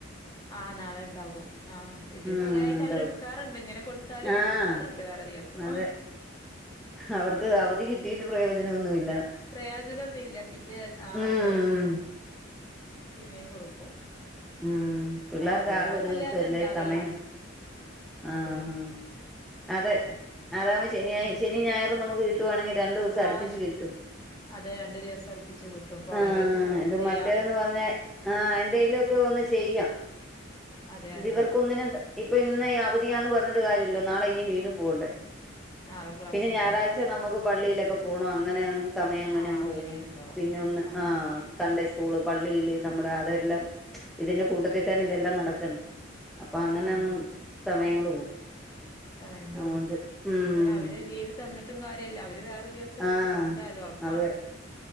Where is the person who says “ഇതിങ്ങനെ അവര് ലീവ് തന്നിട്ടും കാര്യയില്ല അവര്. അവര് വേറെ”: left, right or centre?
Left